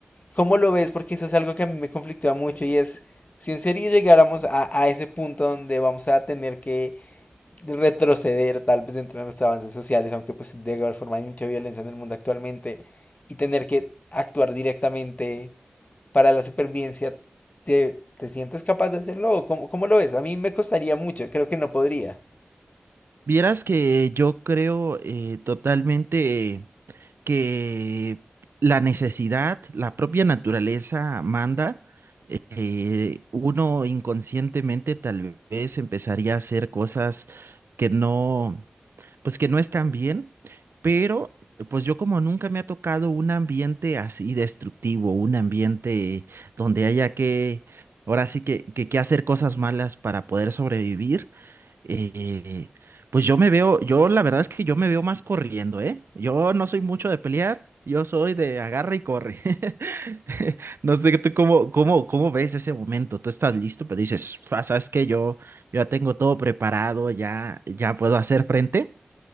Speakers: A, on the left; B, on the right.
A: ¿Cómo lo ves? Porque eso es algo que a mí me conflictúa mucho y es, si en serio llegáramos a, a ese punto donde vamos a tener que retroceder tal vez dentro de nuestros avances sociales, aunque pues de alguna forma hay mucha violencia en el mundo actualmente, y tener que actuar directamente para la supervivencia, ¿te, te sientes capaz de hacerlo? ¿O cómo, cómo lo ves? A mí me costaría mucho, creo que no podría.
B: Vieras que yo creo eh, totalmente que la necesidad, la propia naturaleza manda. eh, uno inconscientemente tal vez empezaría a hacer cosas que no pues que no están bien, pero pues yo como nunca me ha tocado un ambiente así destructivo, un ambiente donde haya que, ahora sí que, que, que hacer cosas malas para poder sobrevivir, eh, pues yo me veo, yo la verdad es que yo me veo más corriendo, ¿eh? Yo no soy mucho de pelear. Yo soy de agarra y corre. <laughs> No sé tú cómo, cómo, cómo ves ese momento. Tú estás listo, pero dices, "Fa, ¿sabes que Yo, yo ya tengo todo preparado, ya, ya puedo hacer frente.